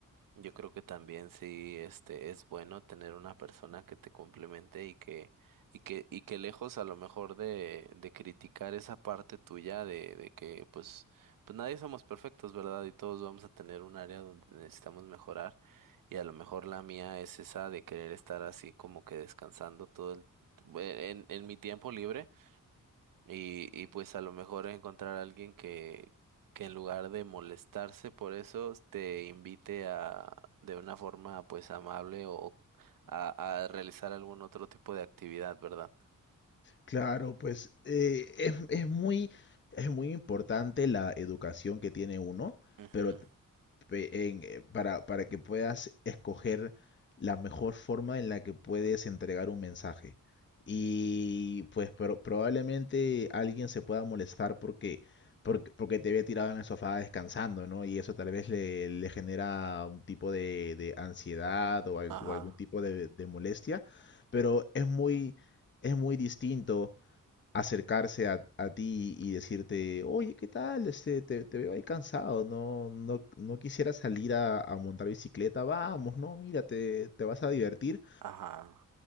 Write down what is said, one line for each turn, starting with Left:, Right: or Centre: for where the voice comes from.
Right: yo creo que también sí, este, es bueno tener una persona que te complemente y que, y que, y que lejos a lo mejor de, de criticar esa parte tuya de, de que pues, pues nadie somos perfectos, ¿verdad? Y todos vamos a tener un área donde necesitamos mejorar. Y a lo mejor la mía es esa de querer estar así como que descansando todo el, en, en mi tiempo libre y, y pues a lo mejor encontrar a alguien que, que en lugar de molestarse por eso, te invite a, de una forma pues amable o a, a realizar algún otro tipo de actividad, ¿verdad?
Left: Claro, pues eh, es, es muy, es muy importante la educación que tiene uno,
Right: Ujú,
Left: pero t- pe- en, eh, para, para que puedas escoger la mejor forma en la que puedes entregar un mensaje. Y pues pro- probablemente alguien se pueda molestar porque, porque, porque te ve tirado en el sofá descansando, ¿no? Y eso tal vez le, le genera un tipo de, de ansiedad o, al-
Right: Ajá,
Left: o algún tipo de de molestia, pero es muy, es muy distinto acercarse a, a ti y decirte, oye, ¿qué tal? Este, te, te veo ahí cansado, no, no, no quisiera salir a, a montar bicicleta, vamos, no, mira, te, te vas a divertir.
Right: ajá,